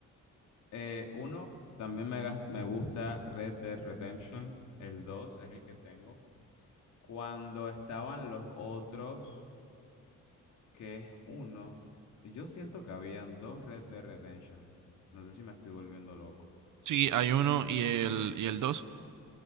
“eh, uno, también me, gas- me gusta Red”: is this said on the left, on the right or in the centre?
Left